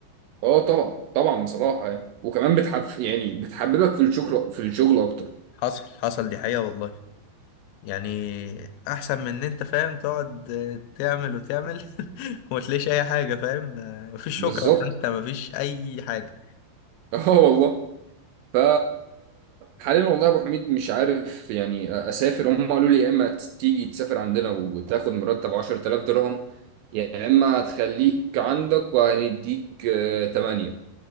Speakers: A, on the right; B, on the left.
A: اه طبعا طبعا بصراحه يعني وكمان بتحب يعني بتحببك في الشغل في الشغل اكتر
B: حصل حصل دي حقيقه والله يعني احسن من ان انت فاهم تقعد تعمل وتعمل <laughs> وما تلاقيش اي حاجه فاهم مفيش
A: بالظبط
B: شكرا حتى مفيش اي حاجه
A: <laughs> اه والله ف حاليا والله يا ابو حميد مش عارف يعني اسافر هم قالوا لي يا اما تيجي تسافر عندنا وتاخد مرتب 10000 درهم يا اما هتخليك عندك وهنديك 8